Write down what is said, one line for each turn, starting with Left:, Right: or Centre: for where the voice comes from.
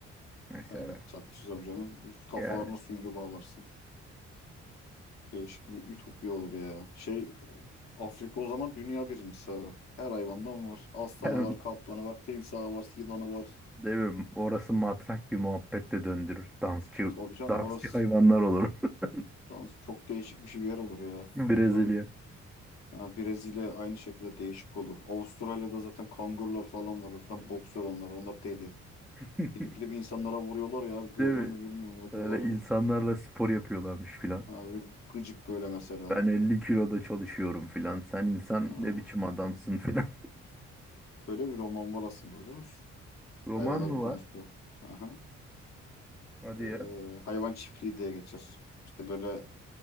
Centre: mesela.
Left: Yani tatlısı canım. Üst kafalarına
Centre: Yani
Left: süngü bağlarsın. Değişik bir ütopya olur ya. Şey Afrika o zaman dünya birincisi abi. Her hayvandan var. Aslanı
Centre: Tamam.
Left: var, kaplanı var, timsahı var, yılanı var.
Centre: <laughs> değil mi? Orası matrak bir muhabbetle döndürür. Dansçı
Left: Tabii canım
Centre: dansçı
Left: orası.
Centre: hayvanlar olur. <laughs>
Left: Tamam, çok değişik bir şey bir yer olur ya.
Centre: Brezilya.
Left: Bu ha, Brezilya aynı şekilde değişik olur. Avustralya'da zaten kangurular falan var. Zaten
Centre: Evet.
Left: boksör onlar. Onlar deli.
Centre: <laughs>
Left: Gidip gidip insanlara vuruyorlar ya. abi. Gördün
Centre: Değil mi?
Left: mü bilmiyorum o diyorlar.
Centre: Öyle insanlarla spor yapıyorlarmış filan.
Left: Ha, böyle gıcık böyle mesela.
Centre: Ben 50 kiloda çalışıyorum filan. Sen insan
Left: Ha.
Centre: ne biçim adamsın filan.
Left: Böyle bir roman var aslında biliyor musun?
Centre: <laughs> Roman
Left: Hayvanların
Centre: mı
Left: konuştuğu.
Centre: var?
Left: Aha.
Centre: Hadi
Left: Ee,
Centre: ya.
Left: hayvan çiftliği diye geçer. İşte böyle